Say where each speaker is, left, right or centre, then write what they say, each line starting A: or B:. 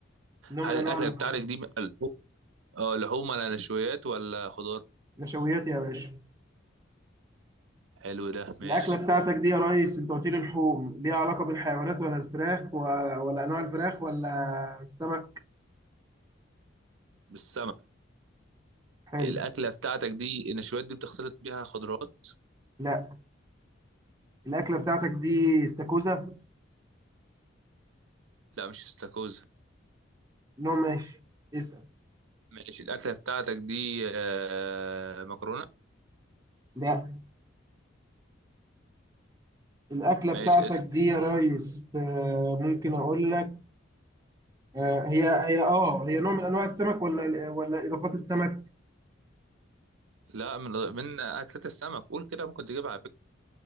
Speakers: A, on the right; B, on the right.
A: نوع
B: هل
A: من
B: الاكلة
A: انواع اللحوم
B: بتاعتك دي من اللحوم اه لحوم ولا نشويات ولا خضار
A: نشويات يا باشا
B: حلو ده ماشي
A: الاكله بتاعتك دي يا ريس انت قلت لي لحوم ليها علاقه بالحيوانات ولا الفراخ ولا, ولا انواع الفراخ ولا السمك
B: بالسمنة
A: حلو
B: الأكلة بتاعتك دي النشويات دي بتختلط بيها خضروات
A: لا الاكله بتاعتك دي استاكوزا
B: لا مش استاكوزا
A: نوع ماشي اسال
B: ماشي الأكلة بتاعتك دي آه، مكرونة
A: لا الاكله
B: ماشي
A: بتاعتك
B: اسأل
A: دي يا ريس آه، ممكن اقول لك آه، هي هي اه هي نوع من انواع السمك ولا ولا اضافات السمك
B: لا من من أكلة السمك قول كده ممكن تجيبها على فكرة